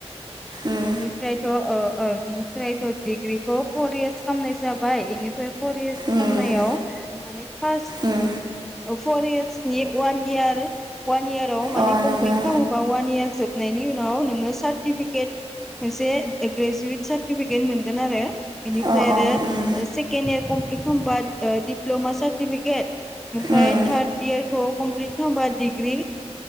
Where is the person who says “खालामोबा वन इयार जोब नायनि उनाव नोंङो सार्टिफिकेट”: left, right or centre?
Centre